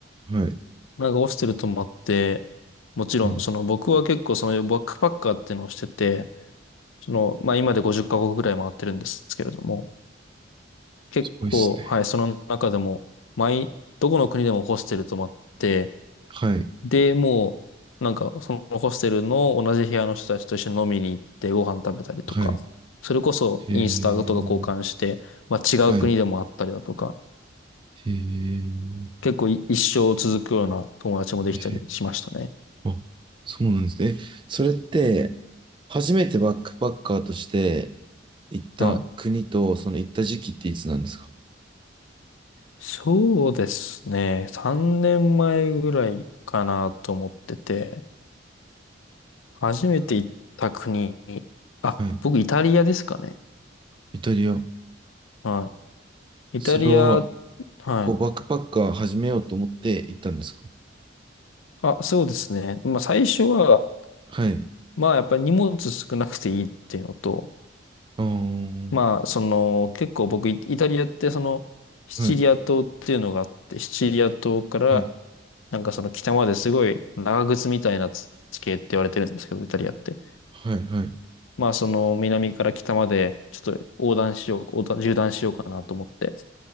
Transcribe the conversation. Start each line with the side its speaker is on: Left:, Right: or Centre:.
Right: はい。
Left: なんかホステル泊まって、もちろん、
Right: うん、
Left: その僕は結構そのバックパッカーっていうのをしてて、その、まあ今で50カ国ぐらい回ってるんですけれども、結構、
Right: すごいですね。
Left: はい、その中でも、毎、どこの国でもホステル泊まって、
Right: はい、
Left: で、もう、なんかそのホステルの同じ部屋の人たちと一緒に飲みに行ってご飯食べたりとか、
Right: はい。
Left: それこそインスタとか交換して、
Right: へえ、
Left: まあ違う国でもあったりだとか、
Right: はい。へえ、
Left: 結構い一生続くような友達もできたりしましたね。
Right: へえ、あ、そうなんですね。えそれって、初めてバックパッカーとして行った国と、
Left: はい
Right: その行った時期っていつなんですか
Left: そうですね。3年前ぐらいかなと思ってて、初めて行った国、あ、
Right: はい。
Left: 僕イタリアですかね。
Right: イタリア。
Left: はい。イタリア、
Right: それは、
Left: はい。
Right: こう、バックパッカー始めようと思って行ったんですか
Left: あ、そうですね。まあ最初は、
Right: はい。
Left: まあやっぱり荷物少なくていいっていうのと、
Right: ああ。
Left: まあその結構僕イイタリアってそのシチリア島っていうのがあって、
Right: はい、
Left: シチリア島から
Right: はい、
Left: なんかその北まですごい長靴みたいな地形って言われてるんですけど、イタリアって。
Right: はい、はい。
Left: まあその南から北までちょっと横断しよう、横断、縦断しようかなと思って。